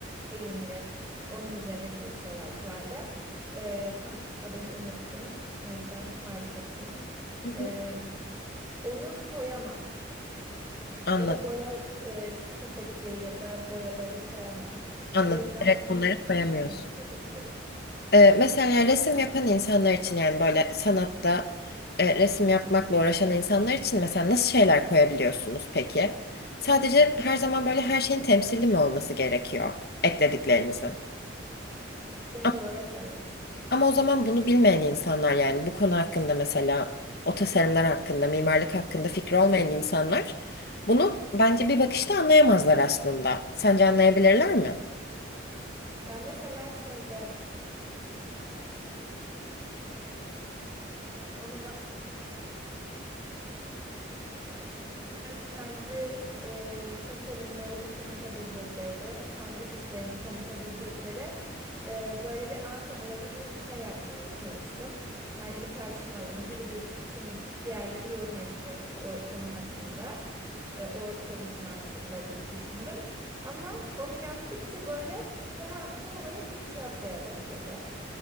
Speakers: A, on the right; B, on the left.
A: eğimli. Onun üzerinde çalışıyorlar tuvalde. E, tam adını unuttum. O yüzden tarif ettim.
B: Hı
A: E,
B: hı.
A: onu koyamam.
B: Anladım,
A: Ya da boya e, sepeti ya da boyaları koyamam.
B: anladım.
A: O yüzden
B: Evet,
A: ne,
B: bunları
A: nasıl
B: koyamıyoruz.
A: temsil edebilirim?
B: Ee, mesela yani, resim yapan insanlar için yani böyle sanatta e, resim yapmakla uğraşan insanlar için mesela nasıl şeyler koyabiliyorsunuz peki? Sadece her zaman böyle her şeyin temsili mi olması gerekiyor eklediklerinizin?
A: Genel
B: A-
A: olarak evet.
B: Ama o zaman bunu bilmeyen insanlar yani bu konu hakkında mesela o tasarımlar hakkında, mimarlık hakkında fikri olmayan insanlar bunu bence bir bakışta anlayamazlar aslında. Sence anlayabilirler mi?
A: E, mesela şeyde onu Ben kendi e, tasarımlarını konuşabilecekleri, kendi işlerini konuşabilecekleri e, böyle bir amfi alanı gibi bir şey yapmaya çalıştım. Yani bir tartışma alanı, biri geçip sunacak, diğerleri yorum yapacak o konu hakkında, e, o çalışma hakkında gibi düşündüm. Ama onu yaptıkça böyle tam, tam olarak bir tiyatroya benzedi.